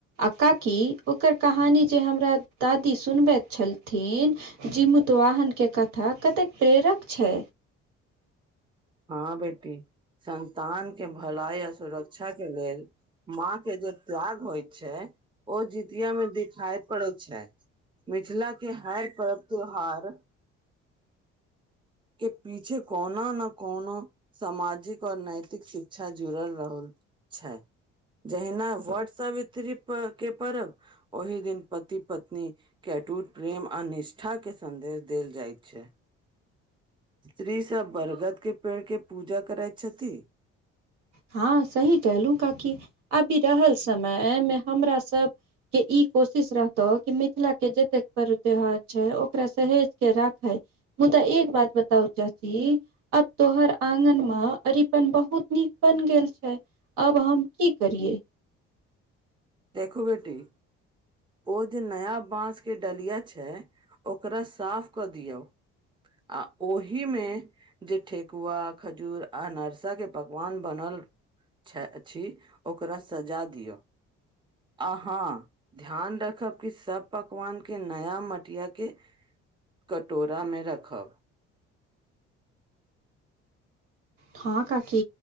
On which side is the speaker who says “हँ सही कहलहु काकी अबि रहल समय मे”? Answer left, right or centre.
Right